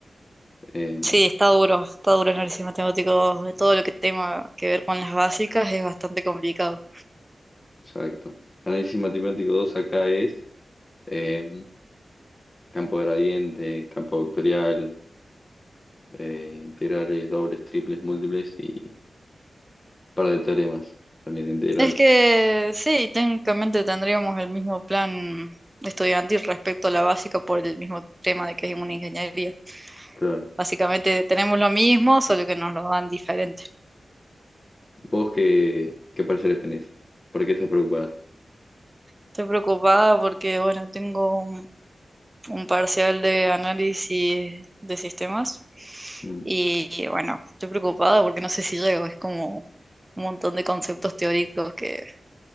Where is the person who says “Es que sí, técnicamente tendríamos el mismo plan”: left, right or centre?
Right